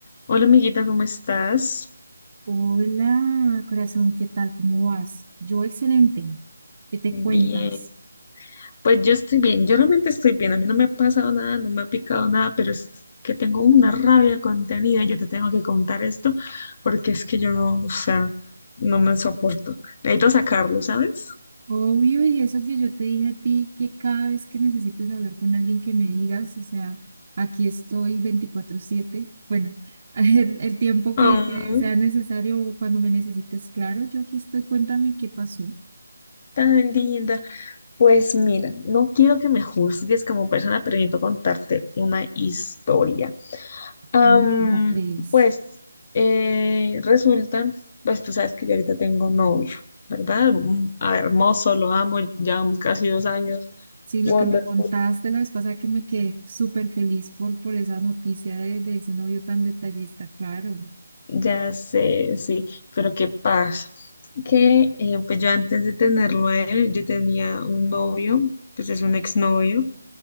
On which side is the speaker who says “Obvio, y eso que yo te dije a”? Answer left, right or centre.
Right